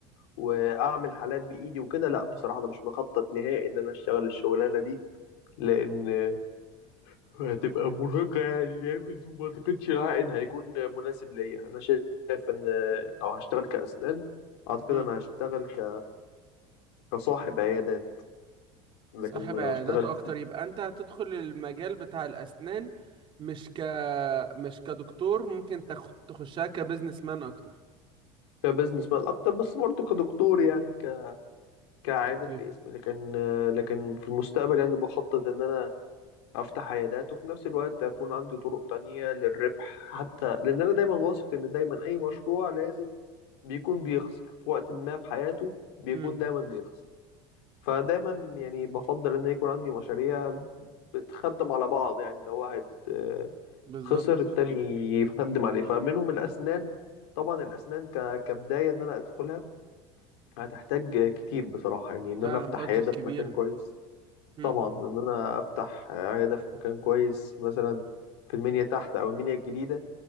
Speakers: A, on the left (about 75°); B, on the right (about 40°).
A: واعمل حالات بايدي وكده لا بصراحه انا مش مخطط نهائي ان انا اشتغل الشغلانه دي لان هتبقى مرهقة يعني جامد وما أعتقدش العائد هيكون مناسب ليا أنا شايف إن لو هشتغل كأسنان أعتقد
B: امم
A: أنا هشتغل ك... كصاحب عيادات لكن
B: صاحب
A: ما
B: عيادات
A: اشتغلت
B: اكتر يبقى انت هتدخل المجال بتاع الاسنان مش ك مش كدكتور ممكن تخ... تخشها كبزنس مان اكتر
A: كبزنس مان أكتر بس برضه كدكتور يعني ك... كعيادات
B: اوكي
A: باسمي لكن لكن في المستقبل يعني بخطط إن أنا أفتح عيادات وفي نفس الوقت أكون عندي طرق تانية للربح حتى لأن أنا دايما واثق إن دايما أي مشروع لازم بيكون بيخسر في وقت ما في حياته بيكون
B: امم
A: دايما بيخسر فدايما يعني بفضل ان يكون عندي مشاريع بتخدم على بعض يعني لو واحد آه،
B: بالظبط
A: خسر التاني يخدم عليه فمنهم الاسنان طبعا الاسنان ك... كبدايه ان انا ادخلها هتحتاج كتير بصراحه يعني ان
B: فعلا
A: انا افتح
B: بادجت
A: عياده
B: كبيرة
A: في مكان كويس
B: امم
A: طبعا ان انا افتح عياده في مكان كويس مثلا في المنيا تحت او المنيا الجديده